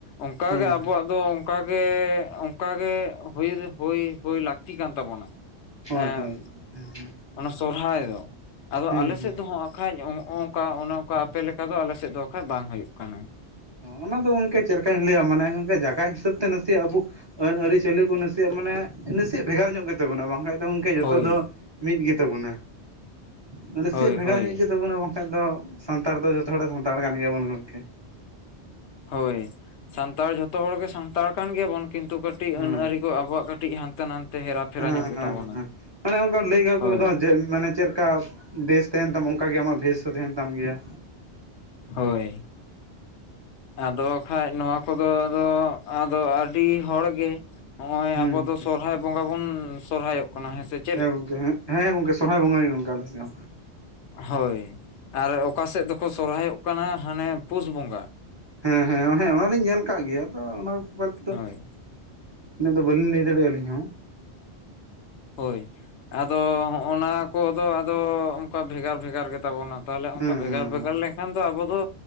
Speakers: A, on the left; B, on the right.
A: ᱚᱱᱠᱟᱜᱮ
B: ᱦᱮᱸ
A: ᱟᱵᱚᱣᱟᱜ ᱫᱚ᱾ ᱚᱱᱠᱟᱜᱮ ᱚᱱᱠᱟ ᱜᱮ ᱦᱩᱭ ᱦᱚ ᱞᱟᱹᱠᱛᱤ ᱠᱟᱱ ᱛᱟᱵᱚᱱᱟ᱾
B: ᱦᱳᱭ
A: ᱮᱸ
B: ᱦᱳᱭ, <inaudible>
A: ᱚᱱᱟ ᱥᱚᱨᱚᱦᱟᱭ ᱫᱚ <inaudible> ᱟᱫᱚ
B: ᱦᱩᱸ
A: ᱟᱞᱮᱮᱥᱮᱫ
B: ᱦᱩᱸ
A: ᱫᱚ ᱦᱚᱸ ᱵᱟᱠᱷᱟᱡ ᱱᱚᱜ ᱱᱚᱝᱠᱟ ᱚᱱᱮ ᱚᱱᱠᱟ ᱟᱯᱮ ᱞᱮᱠᱟ ᱫᱚ ᱟᱞᱮᱥᱮᱫ ᱫᱚ ᱵᱟᱠᱷᱟᱡ ᱵᱟᱝ ᱦᱩᱭᱩᱜ ᱠᱟᱱᱟ᱾
B: ᱚᱱᱟ ᱫᱚ ᱜᱚᱝᱠᱮ ᱪᱮᱫ ᱞᱮᱠᱟᱧ ᱞᱟᱹᱭᱟ ᱢᱟᱱᱮ ᱜᱚᱝᱠᱮ ᱡᱟᱭᱜᱟ ᱦᱤᱥᱟᱹᱵ ᱛᱮ ᱱᱟᱥᱮᱭᱟᱜ ᱟᱵᱚ ᱟᱹᱱ ᱟᱹᱨᱤᱪᱟᱹᱞᱤ ᱠᱚ ᱱᱟᱥᱮᱭᱟᱜ ᱢᱟᱱᱮ ᱱᱟᱥᱮᱭᱟᱜ ᱵᱷᱮᱜᱟᱨ ᱧᱚᱜ ᱜᱮᱛᱟ ᱵᱚᱱᱟ ᱵᱟᱝ ᱠᱷᱟᱱ ᱜᱚᱝᱠᱮ ᱡᱚᱛᱚ
A: ᱦᱳᱭ
B: ᱫᱚ ᱢᱤᱫ ᱜᱮᱛᱟ ᱵᱚᱱᱟ ᱢᱟᱱᱮ ᱱᱟᱥᱮᱭᱟᱜ
A: ᱦᱳᱭ
B: ᱵᱷᱮᱜᱟᱨ
A: ᱦᱳᱭ
B: ᱧᱚᱜ ᱜᱮ ᱛᱟᱵᱚᱱᱟ ᱵᱟᱝ, ᱵᱟᱠᱷᱟᱡ ᱫᱚ ᱥᱟᱱᱛᱟᱲ ᱫᱚ ᱡᱚᱛᱚ ᱦᱚᱲ ᱥᱟᱱᱛᱟᱲ ᱠᱟᱱ ᱜᱮᱭᱟ ᱵᱚᱱ ᱜᱚᱝᱠᱮ᱾
A: ᱦᱳᱭ ᱥᱟᱱᱛᱟᱲ ᱡᱚᱛᱚ ᱦᱚᱲ ᱜᱮ ᱥᱟᱱᱛᱟᱲ ᱠᱟᱱ ᱜᱮᱭᱟᱵᱚᱱ ᱠᱤᱱᱛᱩ ᱠᱟᱹᱴᱤᱡ
B: ᱦᱩᱸ
A: ᱟᱹᱱ ᱟᱹᱤ ᱠᱚ ᱟᱵᱚᱣᱟᱜ ᱠᱟᱹᱴᱤᱡ ᱦᱟᱱᱛᱮ ᱱᱟᱛᱮ ᱦᱮᱨᱟ ᱯᱷᱮᱨᱟ
B: ᱦᱮᱸ
A: ᱧᱚᱜ ᱜᱮᱛᱟᱵᱚᱱᱟ
B: ᱦᱮᱸ ᱦᱮᱸ ᱢᱟᱱᱮ ᱚᱱᱠᱟ ᱞᱟᱹᱭ ᱜᱮᱭᱟ
A: ᱦᱳᱭ
B: ᱠᱚ ᱡᱮ ᱢᱟᱱᱮ ᱪᱮᱫ ᱞᱮᱠᱟ <unintelligible> ᱫᱮᱥ ᱛᱟᱦᱮᱱ ᱛᱟᱢᱟ ᱚᱱᱠᱟᱜ ᱜᱮ ᱟᱢᱟᱜ ᱵᱷᱮᱥ ᱦᱚᱸ ᱛᱟᱦᱮᱱ ᱛᱟᱢ ᱜᱮᱭᱟ,
A: ᱦᱳᱭ, <inaudible> ᱟᱫᱚ ᱠᱷᱟᱱᱡ ᱱᱚᱣᱟ ᱠᱚᱫᱚ ᱟᱫᱚ ᱟᱹᱰᱤ ᱦᱚᱲᱜᱮ ᱱᱚᱜ ᱚᱭ
B: ᱦᱩᱸ
A: ᱟᱵᱚ ᱫᱚ ᱥᱚᱦᱟᱨᱟᱭ ᱵᱚᱸᱜᱟ ᱵᱚᱱ ᱥᱚᱨᱦᱟᱭᱚᱜ ᱠᱟᱱᱟ ᱦᱮᱸᱥᱮ
B: ᱦᱮᱸ ᱜᱚᱝᱠᱮ ᱦᱮᱸ ᱜᱚᱝᱠᱮ ᱥᱚᱨᱦᱟᱭ ᱵᱚᱸᱜᱟ ᱜᱮ ᱜᱚᱝᱠᱮ ᱟᱞᱮ ᱦᱚ᱾
A: ᱦᱳᱭ ᱟᱨ ᱚᱠᱟ ᱥᱮᱫ ᱫᱚᱠᱚ ᱥᱚᱨᱦᱟᱭᱚᱜ ᱠᱟᱱᱟ ᱦᱟᱱᱮ ᱯᱩᱥ ᱵᱚᱸᱜᱟ᱾
B: ᱦᱮᱸ ᱦᱮᱸ ᱦᱮᱸ ᱚᱱᱟᱞᱤᱧ ᱧᱮᱞ ᱠᱟᱜ ᱜᱮᱭᱟ ᱟᱫᱚ ᱚᱱᱟ ᱵᱮᱯᱟᱨ ᱛᱮ ᱫᱚ
A: ᱦᱳᱭ
B: ᱩᱱᱟᱹᱜ ᱫᱚ ᱵᱟᱹᱞᱤᱧ ᱞᱟᱹᱭ ᱫᱟᱲᱮᱭᱟᱜ-ᱟ ᱟᱹᱞᱤᱧ ᱦᱚ᱾
A: ᱦᱳᱭ ᱟᱫᱚ ᱦᱚᱜᱼᱱᱟ ᱠᱚᱫᱚ ᱟᱫᱚ ᱚᱱᱠᱟ ᱵᱷᱮᱜᱟᱨ ᱵᱷᱮᱜᱟᱨ ᱜᱮ ᱛᱟᱵᱚᱱᱟ᱾ ᱛᱟᱦᱚᱞᱮ ᱚᱱᱠᱟ
B: ᱦᱩᱸ ᱦᱩᱸ
A: ᱵᱷᱮᱜᱟᱨ ᱵᱷᱮᱜᱟᱨ ᱞᱮᱱᱠᱷᱟᱱ ᱫᱚ ᱟᱵᱚ ᱫᱚ,